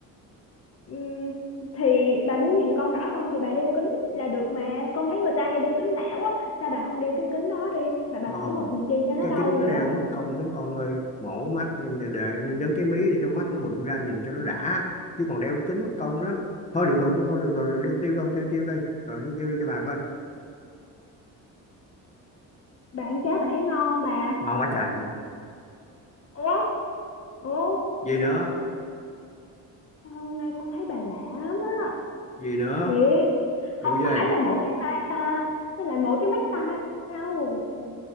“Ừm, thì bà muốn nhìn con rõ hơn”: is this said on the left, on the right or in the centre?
Left